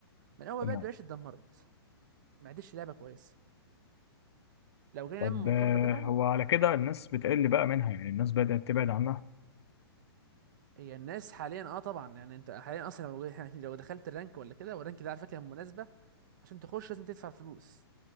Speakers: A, on the right (about 50°); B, on the left (about 80°).
A: من اول
B: تمام
A: ما بقت ببلاش اتدمرت ما عادش لعبة كويسة لو جينا
B: طب
A: نعمل مقارنة
B: آه،
A: بينهم
B: هو على كده الناس بتقل بقى منها يعني الناس بدأت تبعد عنها
A: هي الناس حاليا اه طبعا يعني انت حاليا اصلا لو <laughs> يعني لو دخلت الرانك ولا كده والرانك ده على فكرة مناسبة عشان تخش لازم تدفع فلوس